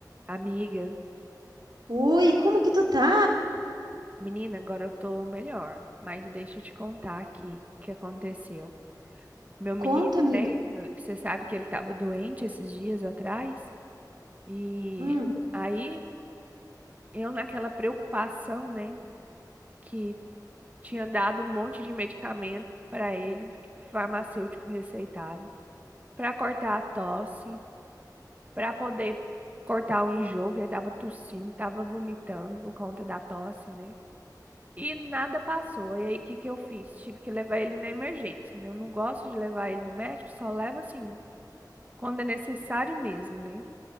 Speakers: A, on the right (about 20°); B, on the right (about 80°).
A: Amiga,
B: Oi, como que tu tá?
A: menina, agora eu tô melhor, mas deixa eu te contar aqui o que aconteceu. Meu
B: Conta,
A: menino,
B: amiga.
A: né? Você sabe que ele tava doente esses dias atrás, e
B: Hum.
A: aí eu, naquela preocupação, né, que tinha dado um monte de medicamento pra ele, que o farmacêutico receitava, pra cortar a tosse, pra poder cortar o enjoo, que ele tava tossindo, tava vomitando por conta da tosse, né? E nada passou. E aí, o que que eu fiz? Tive que levar ele na emergência, né? Eu não gosto de levar ele no médico, só levo assim, quando é necessário mesmo, né?